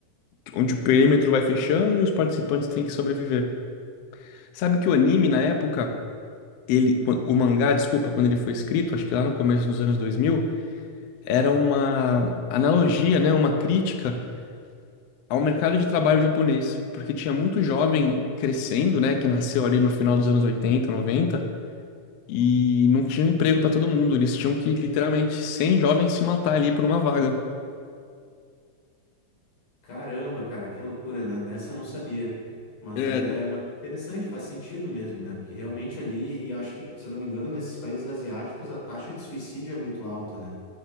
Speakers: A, on the left (about 80°); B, on the left (about 60°).
A: Onde o perímetro vai fechando e os participantes têm que sobreviver. Sabe que o anime, na época, ele, o mangá, desculpa, quando ele foi escrito, acho que lá no começo dos anos 2000 era uma analogia, né, uma crítica ao mercado de trabalho japonês, porque tinha muito jovem crescendo, né, que nasceu ali no final dos anos 80, 90 e não tinha emprego para todo mundo, eles tinham que literalmente 100 jovens se matar ali por uma vaga.
B: Caramba, cara, que loucura, né? Dessa eu não sabia. Mas
A: É,
B: é mas é interessante, faz sentido mesmo, né? Porque realmente ali, e eu acho que, se eu não me engano, nesses países asiáticos a taxa de suicídio é muito alta, né?